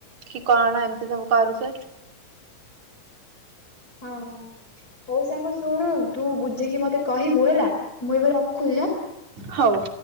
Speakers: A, on the right (about 60°); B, on the left (about 25°).
A: ତି କି କଣ ଏମିତି ସବୁ କରୁଚେ।
B: ହଁ ହୋଉ ସାଙ୍ଗ ଶୁଣୁ ତୁ ବୁଝିକି ମତେ କହିବୁ ହେଲା। ମୁଁ ଏବେ ରଖୁଚି।
A: ହୋଉ।